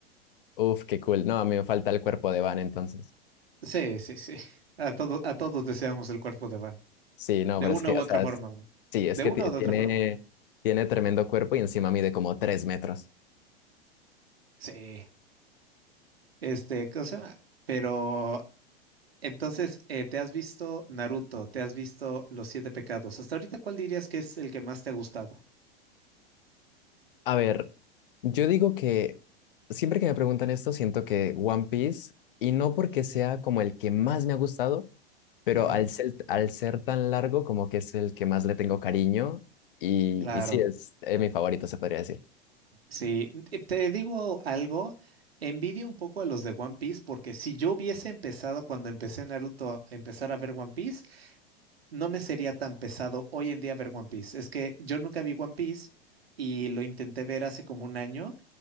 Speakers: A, on the left; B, on the right.
A: Uf, qué cool. No, a mí me falta el cuerpo de Vana entonces.
B: Sí, sí, sí. A todo a todos deseamos el cuerpo de Van.
A: Sí, no,
B: de
A: pero
B: una
A: es que,
B: u
A: o
B: otra
A: sea,
B: forma,
A: es-
B: ¿no?
A: sí, es
B: de
A: que
B: una
A: ti-
B: u
A: tiene,
B: otra forma.
A: tiene tremendo cuerpo y encima mide como tres metros.
B: Sí, este, ¿cómo se llama? Pero entonces, eh, ¿te has visto Naruto? ¿Te has visto Los Siete Pecados? Hasta ahorita, ¿cuál dirías que es el que más te ha gustado?
A: A ver, yo digo que siempre que me preguntan esto, siento que One Piece, y no porque sea como el que más me ha gustado, pero
B: Ujú,
A: al ser, al ser tan largo, como que es el que más le tengo cariño, y,
B: Claro,
A: y sí, es, eh, mi favorito, se podría decir.
B: sí. Eh, Te digo algo, envidio un poco a los de One Piece porque si yo hubiese empezado cuando empecé Naruto a empezar a ver One Piece, no me sería tan pesado hoy en día ver One Piece. Es que yo nunca vi One Piece y lo intenté ver hace como un año.